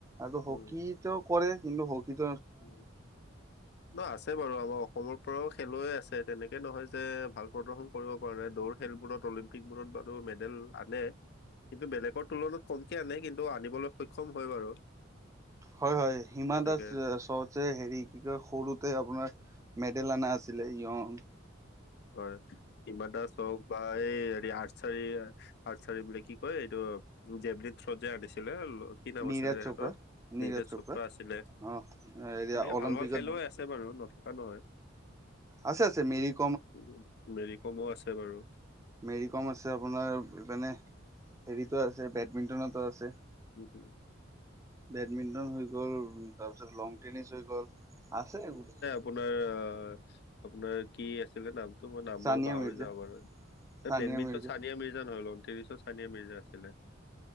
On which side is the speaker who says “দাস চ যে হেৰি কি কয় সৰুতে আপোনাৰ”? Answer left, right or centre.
Right